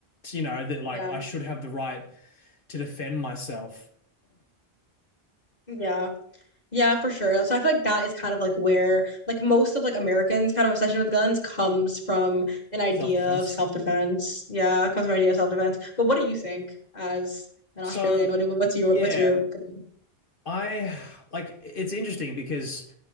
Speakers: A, on the left; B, on the left.
A: you know, that like
B: Yeah.
A: I should have the right to defend myself.
B: Yeah. Yeah, for sure. So I feel like that is kind of like where like most of like Americans kind of obsession with guns comes from an idea
A: <clears throat> Self-defense.
B: of self-defense. Yeah, it comes from an idea of self-defense. But what do you think as an
A: So,
B: Australian? What do, what's your
A: yeah,
B: what's your opinion?
A: I like it's interesting because